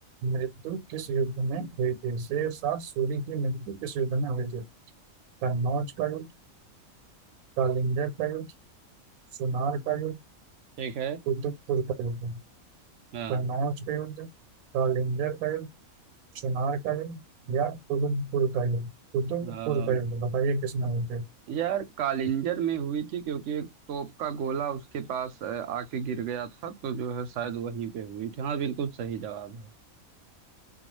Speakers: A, on the right; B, on the right.
A: मृत्यु किस युद्ध में हुई थी शेषासुरी की मृत्यु किस युद्ध में हुई थी कन्नौज का युद्ध कालिंगर का युद्ध सुनार का युद्ध
B: ठीक है
A: कुतुबपुर का युद्ध
B: हाँ
A: कन्नौज का युद्ध कालिंगर का युद्ध सुनार का युद्ध या कुतुबपुर का युद्ध कुतुबपुर
B: हाँ
A: का युद्ध बताइए किसमें हुए थे
B: यार कालिंजर में हुई थी क्योंकि एक तोप का गोला उसके पास अ, आके गिर गया था तो जो है शायद वहीं पे हुई थी हाँ बिल्कुल सही जवाब है